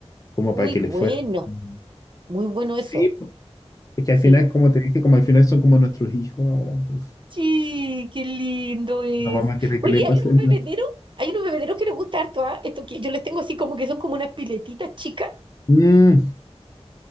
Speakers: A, on the left; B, on the right.
A: como
B: Muy
A: para que
B: bueno,
A: le fuera. Ujú.
B: muy bueno eso.
A: Sí, po, es que al
B: Sí.
A: final, como te dije, como al final son como nuestros hijos ahora, entonces
B: Sí, qué lindo eso.
A: no vamos a querer
B: Oye,
A: que le pasen.
B: hay unos bebederos,
A: nada.
B: hay unos bebederos que les gusta harto, ¿ah? Esto que yo les tengo así como que son como unas piletitas chicas
A: Mm,